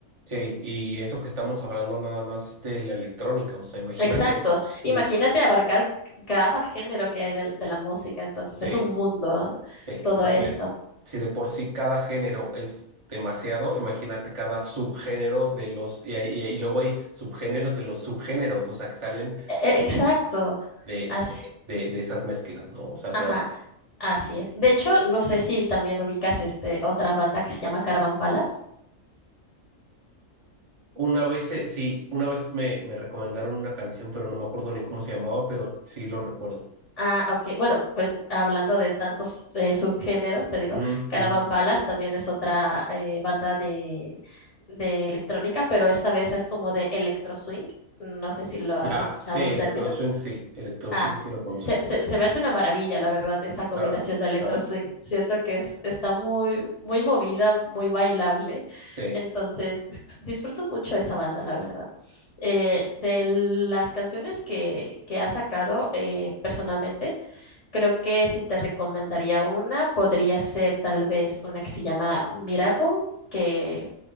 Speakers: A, on the right; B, on the left.
A: Sí, y eso que estamos hablando nada más de la electrónica, o sea, imagínate,
B: Exacto.
A: y
B: Imagínate abarcar cada género que hay del- de, la música, entonces
A: sí,
B: es un mundo
A: sí,
B: todo
A: porque
B: esto.
A: si de por sí cada género es demasiado, imagínate cada subgénero de los, y, hay- y, y luego hay subgéneros de los subgéneros, o sea, que salen
B: E- e- exacto.
A: de,
B: Así,
A: de, de, de esas mezclas, ¿no? O sea, guau.
B: ajá, así es. De hecho, no sé si también ubicas este otra banda que se llama Caravan Palace.
A: Una vez, eh, sí, una vez me, me recomendaron una canción, pero no me acuerdo ni cómo se llamaba, pero sí lo recuerdo.
B: Ah, ok. Bueno, pues hablando de tantos eh, subgéneros, te digo,
A: Ujú,
B: Caravan
A: ujú.
B: Palace también es otra eh, banda de, de electrónica, pero esta vez es como de electro swing. No sé si lo has
A: Ya,
B: escuchado
A: sí, Electro
B: el término.
A: Swing, sí, Electro
B: Ah,
A: Swing, sí lo conozco,
B: se, se, se me hace una maravilla, la verdad, esa combinación
A: claro,
B: de electro
A: claro.
B: swing. Siento que es, está muy, muy movida, muy bailable.
A: Sí,
B: Entonces, <laughs> disfruto mucho esa banda, la verdad eh, de las canciones que, que ha sacado eh, personalmente, Creo que si te recomendaría una, podría ser tal vez una que se llama Miracle, que